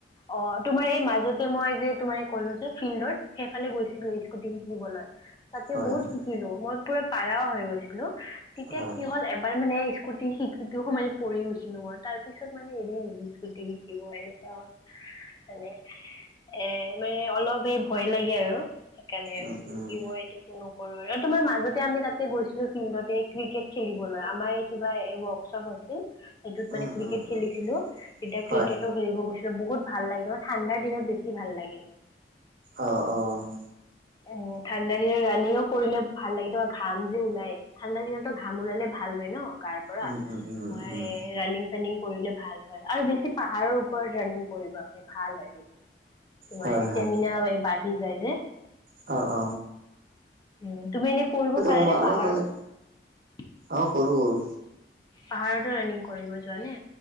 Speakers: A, on the left; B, on the right.
A: অঁ! তোমাৰ এই মাজতে মই যে তোমাৰ এই ক'লো যে ফিল্ডৰ <unintelligible> সেইফালে গৈছিলো স্কুটি শিকিবলৈ, তাতে
B: হয়
A: বহুত
B: হয়
A: শিকিলোঁ, মই পুৰা পাৰাও হৈ গৈছিলোঁ। <unintelligible> তেতিয়া
B: হয়
A: কি হ'ল এবাৰ মানে স্কুটি <unintelligible> স্কুটি শিকো‍ঁতে মানে পৰি গৈছিলোঁ মই তাৰ পিছত মানে এৰি দিলোঁ স্কুটি <unintelligible> <unintelligible> থাকিব এনেকুৱা মানে এ মানে অলপ এই ভয় লাগে আৰু। সেইকাৰণে আৰু
B: উম
A: শিকিব
B: উম
A: এইটো কোনো <unintelligible> <unintelligible> তোমাৰ মাজতে আমি তাতে গৈছিলোঁ, ফিল্ডতে ক্ৰিকেট খেলিবলৈ। আমাৰে এই কিবা এই ৱৰ্কশ্বপ হৈছিল। <inaudible> সেইটোত মানে
B: উম
A: ক্ৰিকেট
B: উম
A: খেলিছিলোঁ
B: উম
A: তেতিয়া <unintelligible>
B: হয়
A: <unintelligible> ক্ৰিকেটো খেলিব গৈছিলোঁ। বহুত ভাল লাগে। <unintelligible> ঠাণ্ডাৰ দিনত বেছি ভাল লাগে। <inaudible>
B: অঁ-অঁ। <inaudible>
A: উম! ঠাণ্ডা দিনত ৰানিঙো কৰিলে ভাল লাগে। তোমাৰ ঘাম যে ওলাই। <unintelligible> ঠাণ্ডা দিনতটো ঘাম ওলালে ভাল হয় ন গাৰ পৰা।
B: উম উম উম
A: তোমাৰ
B: উম
A: এ ৰানিং <unintelligible> ৰানিং কৰিলে ভাল হয় আৰু বেছি পাহাৰৰ ওপৰত ৰানিং কৰিবা মানে। <unintelligible> ভাল হয়। <unintelligible> তোমাৰ
B: হয়
A: ষ্টেমিনাও
B: হয়
A: এই বাঢ়ি যায় যে।
B: অঁ-অঁ। <unintelligible>
A: উম! তুমি এনে কৰিব পাৰানে
B: আমাৰ
A: পাহাৰত?
B: মানে
A: <unintelligible>
B: অ কৰো কৰো
A: পাহাৰতো ৰানিং কৰিব যোৱা নে?